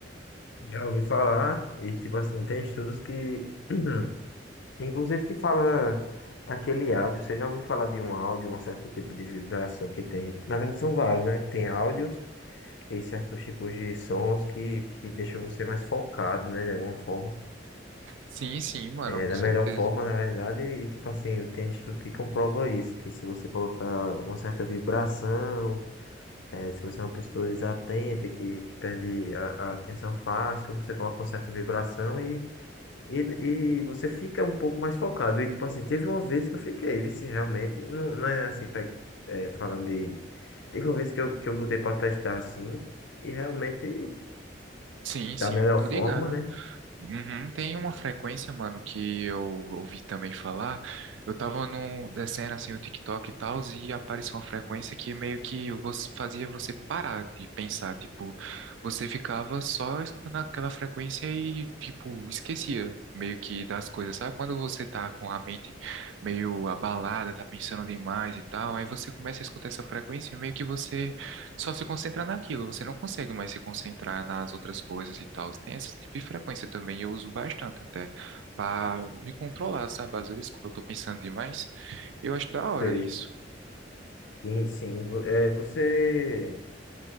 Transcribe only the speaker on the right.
Sim, sim, mano,
com
certeza.
Sim,
sim,
tô
ligado.
Uhum, tem uma frequência, mano, que eu ouvi também falar. Eu tava num, descendo assim o TikTok e tal, e apareceu uma frequência que meio que você, fazia você parar de pensar. Tipo, você ficava só escutando aquela frequência e, tipo, esquecia meio que das coisas. Sabe quando você tá com a mente meio abalada, tá pensando demais e tal, aí você começa a escutar essa frequência, e meio que você só se concentra naquilo, você não consegue mais se concentrar nas outras coisas e tal. Tem esse tipo de frequência também, eu uso bastante até, para me controlar, sabe? Às vezes, quando eu tô pensando demais, eu acho da hora
isso.